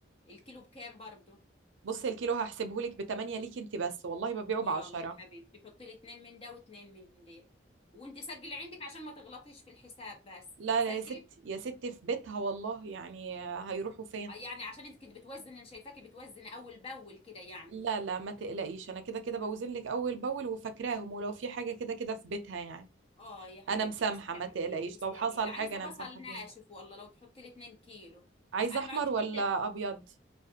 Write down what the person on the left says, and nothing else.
الكيلو بكام برضو
يلا
يا حبيبتي حطي لي اتنين من ده واتنين من ده وانت سجلي عندك عشان ما تغلطيش في الحساب بس
بتسجلي
آه، يعني عشان انت كنت بتوزني انا شايفاكي بتوزني اول باول كده يعني
اه يا حبيبتي
تسلمي
لي تسلمي
لي عايزه
بصل
ناشف والله لو تحطي لي 2 كيلو
انا
ما عدتش
بدي أف-